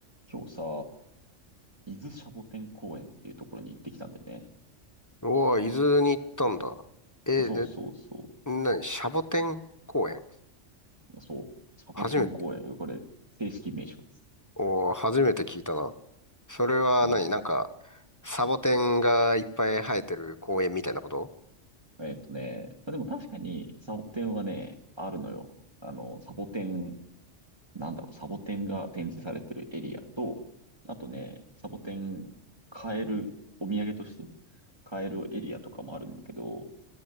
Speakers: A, on the right; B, on the left.
A: 今日さ、伊豆シャボテン公園っていうところに行ってきたんでね。
B: うわ、伊豆に行ったんだ。え、
A: あそうそうそ
B: で、何シャボテン公園
A: う。そう。シャボテン公園。
B: 初めて、
A: これ、正式名称です。
B: おー、初めて聞いたな。それは何なんか、
A: そ
B: サボテンがいっぱい生えてる公園みたいなこと
A: う。えっとね。まあでも確かに、サボテンはね、あるのよ。あの、サボテン、なんだろう、サボテンが展示されてるエリアと、あとね、サボテン買える、お土産として買えるエリアとかもあるんだけど、